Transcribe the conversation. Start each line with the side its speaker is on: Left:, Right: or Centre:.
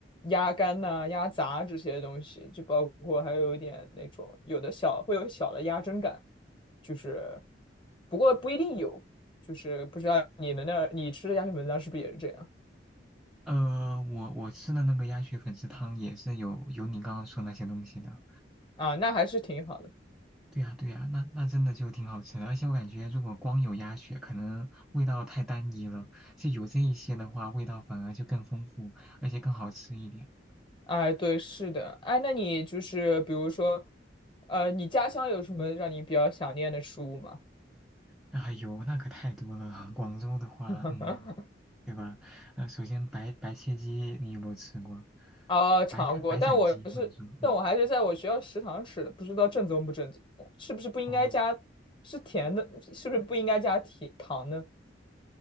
Left: 鸭肝呐、鸭杂这些东西，就包括还有一点那种有的小会有小的鸭胗感，就是不过不一定有，就是不知道你们那儿你吃的鸭血粉丝汤是不是也是这样
Centre: 呃，我我吃的那个鸭血粉丝汤也是有有你刚刚说那些东西的。
Left: 啊？那还是挺好的。
Centre: 对呀，对呀，那那真的就挺好吃的，而且我感觉如果光有鸭血，可能味道太单一了，就有这一些的话，味道反而就更丰富，而且更好吃一点。
Left: 哎，对，是的，哎，那你就是比如说，呃，你家乡有什么让你比较想念的食物吗？
Centre: 啊，有那可太多了，广州的话，
Left: <laughs>
Centre: 嗯，对吧？呃，首先白白切鸡你有没有吃过？
Left: 啊，尝过，
Centre: 白砍白斩鸡或者说，
Left: 但我是，但我还是在我学校食堂吃的，
Centre: 嗯，
Left: 不知道正宗不正宗，是不是不应该加，
Centre: 哦，
Left: 是甜的，是不是不应该加甜糖呢？